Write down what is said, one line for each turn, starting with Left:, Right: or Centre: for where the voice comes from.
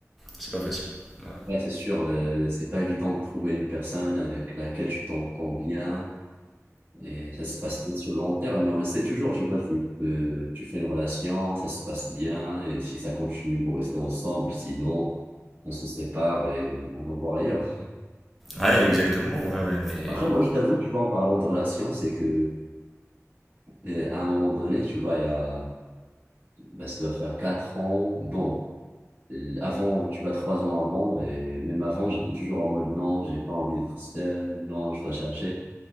Centre: c'est pas facile. Ouais,
Right: Ouais, c'est sûr, euh, c'est pas évident de trouver une personne avec laquelle tu t'entends bien et ça se passe bien sur le long terme, mais on essaie toujours, tu vois, tu, euh, tu fais une relation, ça se passe bien et si ça continue, vous restez ensemble, sinon on se sépare et on va voir ailleurs.
Centre: Ouais, exactement, ouais ouais, mais
Right: Après,
Centre: bon.
Right: moi, je t'avoue, tu vois, en parlant de relation, c'est que euh, à un moment donné, tu vois, il y a, bah, ça doit faire quatre ans, bon. euh, Avant, tu vas trois ans avant, et même avant, j'étais toujours en mode non, j'ai pas envie d'être seul, non, je dois chercher.